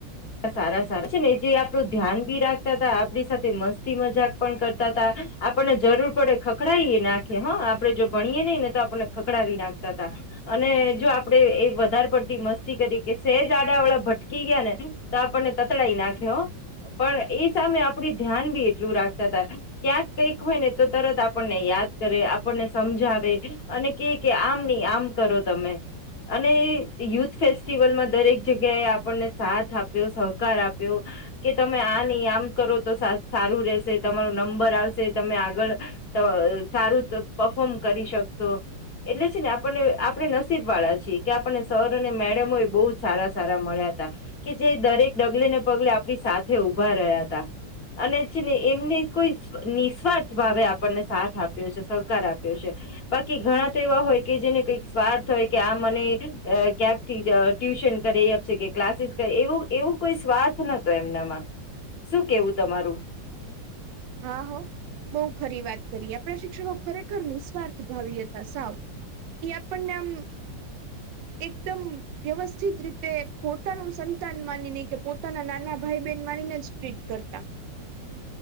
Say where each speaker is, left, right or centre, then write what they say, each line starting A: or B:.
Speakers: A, on the left (about 45°); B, on the right (about 75°).
A: સારા સારા છે ને જે આપડું ધ્યાન બી રાખતા હતા આપણી સાથે મસ્તી મજાક પણ કરતા હતા. આપણને જરૂર પડે ખખડાવીએ નાખે હા આપડે જો ભણીએ નહી ને તો આપણને ખખડાવી નાખતા તા. અને જો આપડે એ વધારે પડતી મસ્તી કરી કે સેજ આડા વાળા ભટકી ગયા ને તો આપણને તતડાઈ નાખ્યો પણ એ સામે આપડી ધ્યાન બી એટલું રાખતા હતા ક્યાંક કઈક હોય ને તો તરત આપણને યાદ કરે આપણને સમજાવે અને કે કે આમ નઈ આમ કરો તમે અને યુથ ફેસ્ટિવલમાં દરેક જગ્યાએ આપણને સાથ આપ સહકાર આપ્યો કે તમે આ નહી આમ કરો તો સારું રહેશે તમારો નંબર આવશે. સે તમે આગળ ત સારું પફોર્મ કરી શકશો. એટલે છે ને આપણને આપણે નસીબ વાળા છીએ કે આપણને સર અને મેડમોય બહુ સારા સારા મળ્યા. કે જે દરેક ડગલે ને પગલે આપણી સાથે ઊભા રહ્યા હતા. અને છે ને એમને કોઈ નિસ્વાર્થ ભાવે આપણને સાથ આપ્યો છે સહકાર આપ્યો છે. બાકી ઘણા તો એવા હોય કે જેને કઈક સ્વાર્થ હોય કે આ મને ક્યાંક થી ટ ન કરે અબ જે કે ક્લાસીસ. એવ એવું કોઈ સ્વાર્થ નતો એમનામાં શું કેવું તમારું.
B: હા હ. બહ ખરી વાત કરીએ આપણા શિક્ષકો ખરેખર નિ સ્વાર્થ ભાવિતા સાવ. એપણ નામ એકદમ વ્યવસ્થિત રીતે પોતાનું સંતાન માનીને કે પોતાના નાના ભાઈ. ભાઈ બેનવાણીને જ ટ્વીટ કરતા.